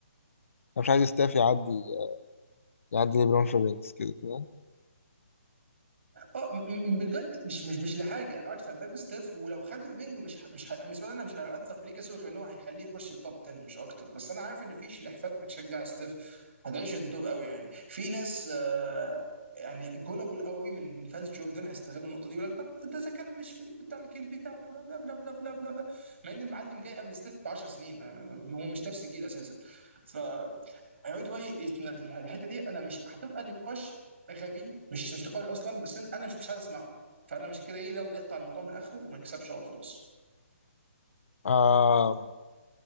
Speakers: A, on the left; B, on the right.
A: انا مش عايز ستاف يعدي يعدي ليبرون في الرينجز كده كده
B: اه م- م- بجد مش مش مش لحاجه بالعكس انا بحب ستيف ولو خد الرينج مش ه- مش ه- بالنسبه لي انا مش هيأثر في ليه كسور غير ان هو هيخليه يخش التوب 10 مش اكتر بس انا عارف ان في شلحفات بتشجع ستيف هتعيش الدور قوي يعني في ناس آه يعني جولابل قوي من من فانز جوردن هيستغلوا النقطه دي ويقول لك طب ده اذا كان مش في بتاع الجيل بتاعه بلا بلا بلا بلا بلا بلا بلا مع ان المعلم جاي قبل ستيف ب 10 سنين ما- ما- ما- هو مش نفس الجيل اساسا ف هيقعدوا بقى يتنا- في الحته دي انا مش هتبقى نقاش غبي مش مش نقاش اصلا بس انا مش مش عايز اسمعه فانا مش كده ايه يلا نقطع الموضوع من اخره وما نكسبش هو خلاص
A: آه